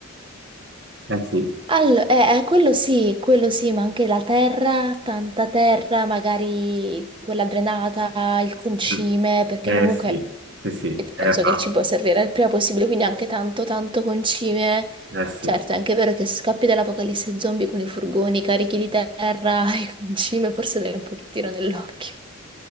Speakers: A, on the right; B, on the right.
A: eh sì,
B: Allora, eh, eh, quello sì, quello sì, ma anche la terra, tanta terra, magari quella drenata, il concime,
A: Mm.
B: perché
A: Eh
B: comunque
A: sì, sì sì,
B: eh,
A: terra,
B: penso che il cibo servirà il prima possibile, quindi anche tanto, tanto concime.
A: eh sì.
B: Certo, è anche vero che se scappi dall'apocalisse zombie con i furgoni carichi di terra <laughs> e concime, forse dai un pochettino nell'occhio.